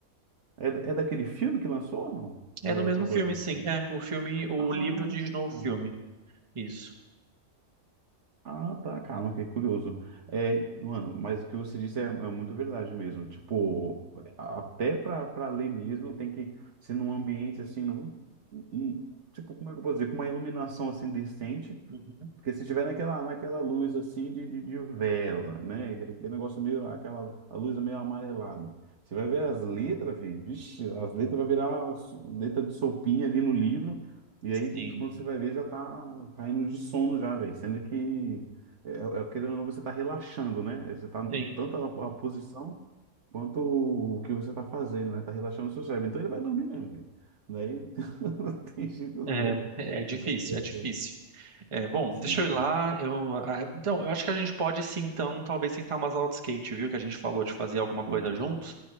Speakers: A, on the right (about 55°); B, on the right (about 25°).
A: É, da- é daquele filme que lançou ou não?
B: É
A: Ou É
B: no mesmo
A: outra
B: filme,
A: coisa diferente?
B: sim. É, o filme, o
A: Ah,
B: livro diz no
A: caramba.
B: filme. Isso.
A: Ah, tá, calma, que é curioso. É, mano, mas o que você disse é, é muito verdade mesmo. Tipo, até pra, pra ler mesmo, tem que ser num ambiente assim, num, um- um, tipo, como é que eu posso dizer? Com uma iluminação assim decente
B: Uhum.
A: porque se tiver naquela, naquela luz assim de, de, de vela, né? Aquele negócio meio, aquela a luz é meio amarelada. Você vai ver as letras, filho. Vixe, as letras vai virar so- letra de sopinha ali no livro. E
B: Sim,
A: aí, quando você vai ver, já tá caindo de sono já, velho. Sendo que, é, é, é, querendo ou não, você tá relaxando, né? Você tá no-
B: sim.
A: tanto a, a posição quanto o que você tá fazendo, né? Tá relaxando o seu cérebro. Então ele vai dormir mesmo, velho. Daí <laughs> não tem jeito
B: É,
A: não, velho.
B: é difícil,
A: Mas é,
B: é difícil. É, bom,
A: assim,
B: deixa eu ir lá. Eu, ah, então, eu acho que a gente pode, sim, então, talvez tentar umas aulas de skate, viu? Que a gente falou de fazer alguma
A: show.
B: coisa juntos,